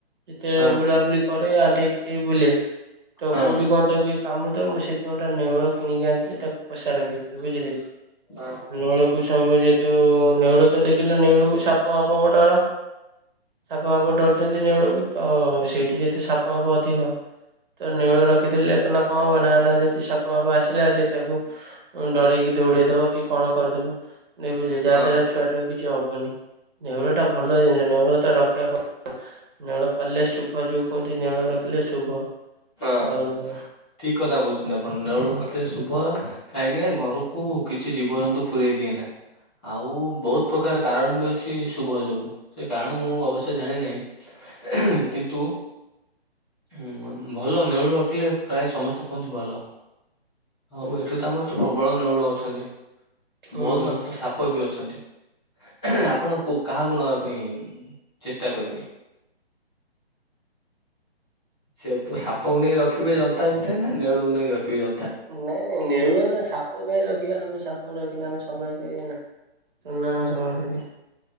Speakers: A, on the right; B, in the centre.
A: ଯେତେ
B: ହଁ
A: ବୁଲାବୁଲି କରି ଏ ଆଣ୍ଠେଇ ପେଟେଇ ବୁଲେ।
B: ହଁ
A: କଉଠି କଣ ତାକୁ କିଏ କାମୁଡିଦବ ମୁଁ ସେଇଥିପାଇଁ ଗୋଟେ ନେଉଳ କିଣିକି ଆଣିଥିଲି ତାକୁ ପୋଷା ରଖିଥିଲି ବୁଝିଲେ କି
B: ହଁ
A: ନେଉଳକୁ ସବୁ ଯେ ଯଉ ନେଉଳ ତ ଦେଖିଲେ ନେଉଳକୁ ସାପ ଫାପ ଡର । ସାପ ଫାପ ଡରୁଚନ୍ତି ନେଉଳକୁ ତ ସେଇଠି ଯେହେତୁ ସାପ ହାପ ଅଧିକ। ତ ନେଉଳ ର ରଖି ଦେଲେ କଣ ନା କଣ ହବ ନା ନା ଯଦି ସାପ ଫାପ ଆସିଲା ସେ ତାକୁ ଡରେଇକି ଦୌଡେଇଦବ କି କଣ କରିଦବ ନ ବୁଝିଲେ ଯାହା
B: ହଁ
A: ଦ୍ଵାରା ଛୁଆ ଟା କୁ କିଛି ହବନି। ନେଉଳ ଟା ଭଲ ଜିନିଷ ନେଉଳ ତ ରଖିବା କ ନେଉଳ ପାଳିଲେ ଶୁଭ ଯୋଉ କୁହନ୍ତି ନେଉଳ ରଖିଲେ ଶୁଭ।
B: ଅ
A: ଆଉ ହୁଁ।
B: ଠିକ କଥା କହୁଛନ୍ତି ଆପଣ ନେରଳ ରଖିଲେ ଶୁ ଭ କାହିଁକି ନା ଘରୁକୁ କିଛି ଜୀବଜନ୍ତୁ ପୁରେଇ ଦିଏ ନା। ଆଉ ବହୁତୁ ପ୍ରକାର କାରଣ ବି ଅ ଛି ଶୁଭ ଯୋଗୁଁ ସେ କାରଣ ମୁଁ ଅବଶ୍ୟ ଜାଣିନାହିଁ ହେଁ କିନ୍ତୁ। ହୁଁ ଭଲ ନେଉଳ ରଖିଲେ ପ୍ରାୟ ସମସ୍ତେ କୁହନ୍ତିୁ ଭଲ। ଆଉ
A: ହୁଁ।
B: ଏଠୁ ତ ଆମର ତ ପ୍ରବଳ ନେଉଳ ଅଛନ୍ତି।
A: ହୁଁ।
B: ବହୁତୁ ମାତ୍ରା ସାପ ବି ଅଛନ୍ତି ହେଁ ଆପଣ କୋଉ କାହାକୁ ନବା ପାଇଁ ଚେଷ୍ଟା କରିବେ। ସବୁ ସାପ କୁ ନେଇ ରଖିବେ ଯନ୍ତା ଭିତରେ ନା ନେଉଳୁକୁ ନେଇ ରଖିବେ ଯ
A: ନାଇଁ ନାଇଁ ନେଉଳ ନା ସାପ କାଇଁ ରଖିବା ଆମେ ସାପ ରଖିଲେ ଆମେ ସମ୍ଭାଳି ପାରିବା ନା। ତ ନା ଆମେ ସମ୍ଭାଳି ପାରିବା।